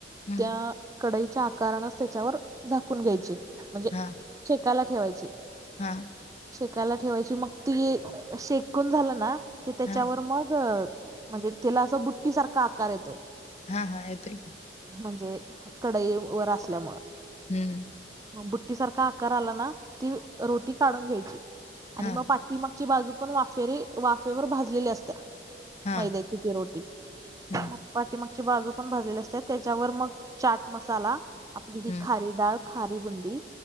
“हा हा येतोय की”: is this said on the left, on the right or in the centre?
Left